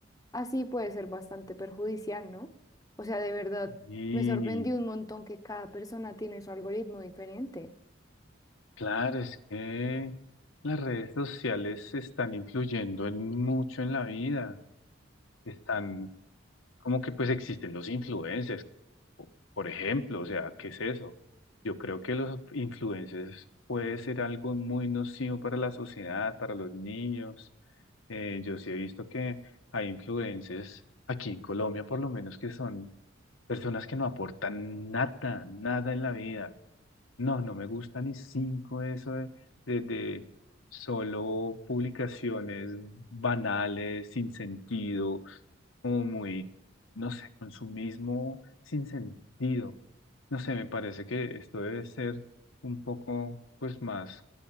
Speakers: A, on the left; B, on the left.
A: así puede ser bastante perjudicial, ¿no? O sea, de verdad,
B: Y
A: me sorprendió un montón que cada persona tiene su algoritmo diferente.
B: claro, es que las redes sociales están influyendo en mucho en la vida, están como que pues existen los influencers, po- por ejemplo, o sea, ¿qué es eso? Yo creo que los influencers puede ser algo muy nocivo para la sociedad, para los niños. Eh, yo sí he visto que hay influencers aquí en Colombia, por lo menos, que son personas que no aportan nada, nada en la vida. No, no me gusta ni cinco eso de, de, de solo publicaciones banales, sin sentido como muy, no sé, consumismo sin sentido. No sé, me parece que esto debe ser un poco, pues, más